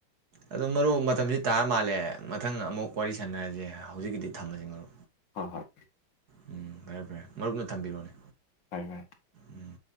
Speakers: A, on the right (about 50°); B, on the left (about 65°).
A: ꯑꯗꯣ ꯃꯔꯨꯞ ꯃꯇꯝꯁꯤ ꯇꯥꯔ ꯃꯥꯜꯂꯦ ꯃꯊꯪ ꯑꯃꯨꯛ ꯋꯥꯔꯤ ꯁꯥꯟꯅꯔꯁꯦ ꯍꯧꯖꯤꯛꯀꯤꯗꯤ ꯊꯝꯃꯁꯤ ꯃꯔꯨ
B: ꯍꯣꯏ-ꯍꯣꯏ
A: ꯎꯨꯝ ꯐꯔꯦ ꯐꯔꯦ ꯃꯔꯨꯞꯅ ꯊꯝꯕꯤꯔꯣꯅꯦ
B: ꯐꯔꯦ ꯐꯔꯦ
A: ꯎꯨꯝ